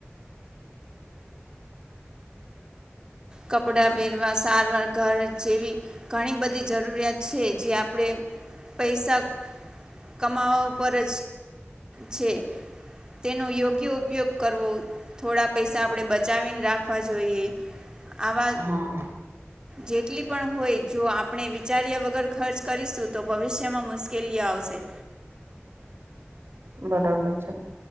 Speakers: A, on the right; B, on the right.
A: કપડા પહેરવા સારવાર ઘર જેવી ઘણી બધી જરૂરિયાત છે જે આપણે પૈસા કમાવા ઉપ જ છે. તેનો યોગ્ય ઉપયોગ કરવો થોડા પૈસા આપણે બચાવીને રાખવા જોઈએ. આવા
B: હા
A: જેટલી પણ હોય જો વિચાર્યા વગર ખર્ચ કરીશું તો ભવિષ્યમાં મુશ્કેલીઓ આવશે.
B: બરાબર છે.